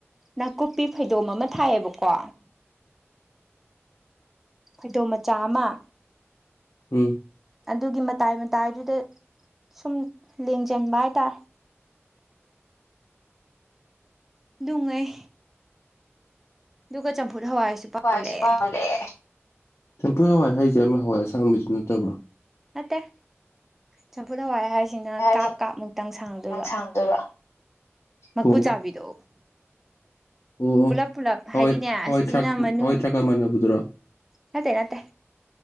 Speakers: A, in the centre; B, on the left.
A: ꯅꯥꯀꯨꯞꯄꯤ ꯐꯩꯗꯣꯝ ꯑꯃ ꯊꯥꯏꯌꯦꯕꯀꯣ ꯐꯩꯗꯣꯝ ꯃꯆꯥ
B: ꯈꯪꯉꯦ
A: ꯑꯃ
B: ꯎꯝ
A: ꯑꯗꯨꯒꯤ ꯃꯇꯥꯏ ꯃꯇꯥꯏꯗꯨꯗ ꯁꯨꯝ ꯂꯦꯡꯖꯟꯕ ꯍꯥꯏꯇꯥꯔꯦ ꯑꯗꯨꯉꯩ ꯑꯗꯨꯒ ꯆꯝꯐꯨꯠ ꯍꯋꯥꯏꯁꯨ ꯄꯥꯜꯂꯛꯑꯦ
B: ꯍꯋꯥꯏꯁꯨ ꯄꯜꯂꯦ ꯆꯝꯐꯨꯠ ꯍꯋꯥꯏ ꯍꯥꯏꯁꯦ ꯑꯃ ꯍꯋꯥꯏ ꯑꯁꯥꯡꯕꯤꯗꯨ ꯅꯠꯇꯕ꯭ꯔꯣ
A: ꯅꯠꯇꯦ ꯆꯝꯐꯨꯠ ꯍꯋꯥꯏ ꯍꯥꯏꯁꯤꯅ
B: ꯍꯥꯏꯁꯦ
A: ꯀꯥꯞ ꯀꯥꯞꯃꯨꯛꯇꯪ ꯁꯥꯡꯗꯣꯏꯕ
B: ꯈꯤꯇꯪ ꯁꯥꯡꯗꯣꯏꯕ
A: ꯃꯀꯨ
B: ꯑꯣ
A: ꯆꯥꯕꯤꯗꯣ
B: ꯑꯣ ꯑꯣ
A: ꯄꯨꯜꯂꯞ ꯄꯨꯜꯂꯞ
B: ꯍꯋꯥꯏ
A: ꯍꯥꯏꯗꯤꯅꯦ
B: ꯍꯋꯥꯏ
A: ꯑꯁꯤꯖꯤꯅ
B: ꯊꯔꯥꯛ
A: ꯃꯅꯨꯡ
B: ꯍꯋꯥꯏ ꯊꯔꯥꯛꯀ ꯃꯥꯟꯅꯕꯗꯨꯔꯣ
A: ꯅꯠꯇꯦ ꯅꯠꯇꯦ